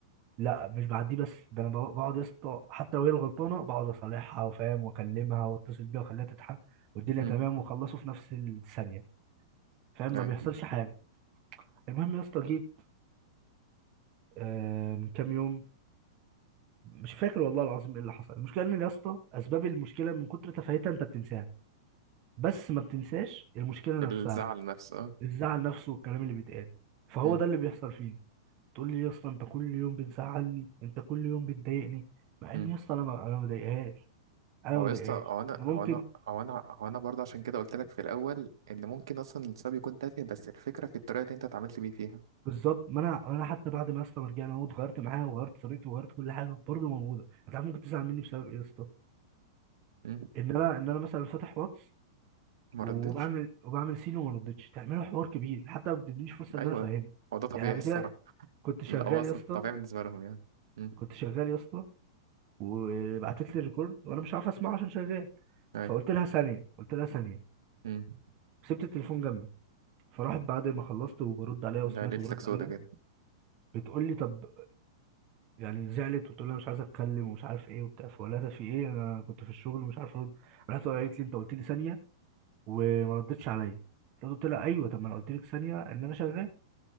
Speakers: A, on the right (about 25°); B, on the right (about 85°).
A: لا مش بعديه بس ده انا بق- بقعد يا اسطى حتى لو هي الغلطانه بقعد اصالحها وفاهم واكلمها واتصل بيها واخليها تضحك والدنيا
B: مم.
A: تمام وخلصوا في نفس الثانيه فاهم
B: يعني
A: ما بيحصلش حاجه المهم يا اسطى جيت آه من كام يوم مش فاكر والله العظيم ايه اللي حصل المشكله ان يا اسطى اسباب المشكله من كتر تفاهتها انت بتنساها بس ما بتنساش المشكله
B: الزعل
A: نفسها
B: نفسه
A: الزعل نفسه والكلام اللي بيتقال فهو
B: اه
A: ده اللي بيحصل فينا تقول لي يا اسطى انت كل يوم بتزعلني انت كل يوم بتضايقني مع
B: مم.
A: ان يا اسطى انا ما انا ما بضايقهاش انا
B: هو
A: ما بضايقهاش
B: يا اسطى هو انا
A: انا ممكن
B: هو انا هو انا هو انا برضه عشان كده قلت لك في الاول ان ممكن اصلا السبب يكون تافه بس الفكره في الطريقه اللي انت اتعاملت بيه فيها
A: بالظبط ما انا ما انا حتى بعد ما يا اسطى ما رجعنا اهو اتغيرت معاها وغيرت طريقتي وغيرت كل حاجه برضه موجوده انت عارف ممكن تزعل مني بسبب ايه يا اسطى
B: مم.
A: ان انا ان انا مثلا فاتح واتس
B: ما
A: وبعمل
B: ردتش
A: وبعمل سين وما ردتش تعملوا حوار كبير حتى ما بتدينيش فرصه
B: ايوه
A: ان انا افهمها
B: هو ده طبيعي
A: يعني قبل
B: الصراحه
A: كده كنت شغال
B: لا هو اصلا
A: يا اسطى
B: طبيعي بالنسبه لهم يعني مم.
A: كنت شغال يا اسطى وبعتت لي الريكورد وانا مش عارف اسمعه عشان شغال
B: ايوه
A: فقلت لها ثانيه قلت لها ثانيه
B: مم.
A: سبت التليفون جنبي فراحت بعد ما خلصت وبرد عليها وسمعت
B: ده ليلتك
A: وبرد
B: سودا
A: عليها
B: كده
A: بتقول لي طب يعني زعلت وتقول لي أنا مش عايزه اتكلم ومش عارف ايه وبتاع فقلت لها ده في ايه انا كنت في الشغل ومش عارف ارد رحت قالت لي انت قلت لي ثانيه وما ردتش عليا قلت لها ايوه طب ما انا قلت لك ثانيه ان انا شغال